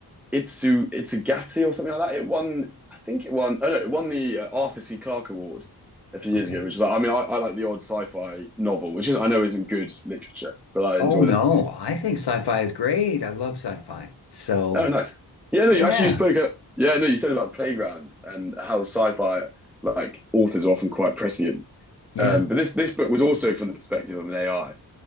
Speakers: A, in the centre; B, on the left.
A: Itsu Itsugati or something like that. It won, I think it won. Oh no, it won the uh, Arthur C. Clarke Award a few
B: Okay.
A: years ago, which is like, I mean, I, I like the odd sci-fi novel, which is I know isn't good literature, but I
B: Oh
A: enjoy
B: no,
A: them.
B: I think sci-fi is great. I love sci-fi. So
A: Oh, nice. Yeah, no,
B: yeah,
A: you, actually, you spoke at yeah, no, you said about Playground and how sci-fi like authors are often quite prescient.
B: yeah,
A: Um, but this this book was also from the perspective of an AI,